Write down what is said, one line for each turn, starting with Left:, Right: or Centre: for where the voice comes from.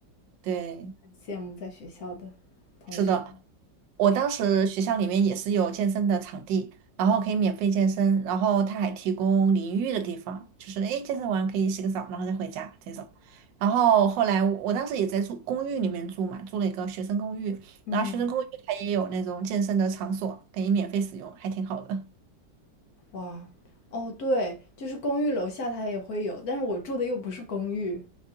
Right: 对，
Left: 羡慕在学校的同学。
Right: 是的，我当时学校里面也是有健身的场地，然后可以免费健身，然后他还提供淋浴的地方，就是诶，健身完可以洗个澡，然后再回家这种。然后后来我我当时也在住公寓里面住嘛，住了一个学生公寓，
Left: 嗯，
Right: 然后学生公寓它也有那种健身的场所可以免费使用，还挺好的。
Left: 哇，哦，对，就是公寓楼下它也会有，但是我住的又不是公寓。